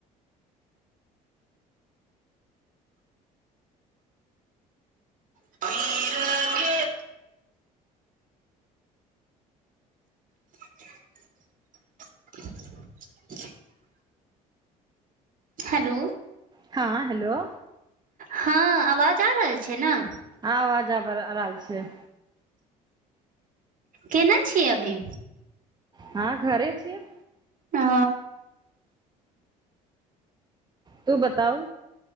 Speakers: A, on the right (about 50°); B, on the right (about 25°).
A: <unintelligible> <unintelligible> हेलो।
B: हाँ हेलो।
A: हाँ आवाज आ रहल छै न?
B: आब आवाजब आ रहल छै।
A: केना छियै अभी?
B: हाँ घरे छियै।
A: अ
B: तू बताउ?